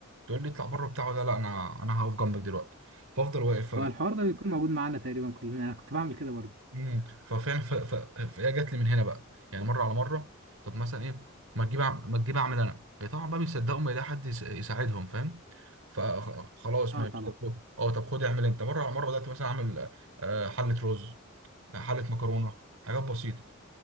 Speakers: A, on the right; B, on the right.
A: تقول لي اطلع بره بتاع ولا لا انا انا هقف جنبك دلوقتي فافضل واقف
B: هو الحوار ده بيكون موجود معانا تقريبا كلنا انا كنت بعمل كده برضه
A: امم ففاهم ف- ف- فهي جات لي من هنا بقى يعني مره على مره طب مثلا ايه ما تجيب أع- ما تجيب اعمل انا هي طبعا بقى بيصدقوا ما يلاقي حد يس- يساعدهم فاهم فخلاص
B: اه
A: ماشي
B: طبعا
A: طب خد- اه طب خد اعمل انت مره على مره بدات مثلا اعمل آه، حله رز حله مكرونه حاجات بسيطه